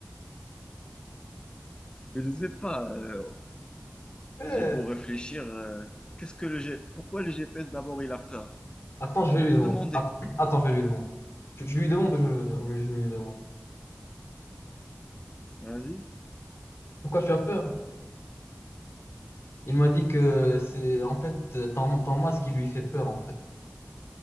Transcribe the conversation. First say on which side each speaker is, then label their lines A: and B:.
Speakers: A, on the left (about 20°); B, on the left (about 80°).
A: je sais pas, euh,
B: Eh,
A: j'ai beau réfléchir, euh, qu'est-ce que le G... pourquoi le GPS d'abord il a peur?
B: Attends, je
A: Je
B: vais
A: vais
B: lui
A: lui
B: demander.
A: demander.
B: Att- Attends, je vais lui demander. Je, je lui demande ou je, ou je lui demande.
A: Vas-y.
B: Pourquoi tu as peur? Il m'a dit que c'est en fait euh, ton, ton masque qui lui fait peur en fait.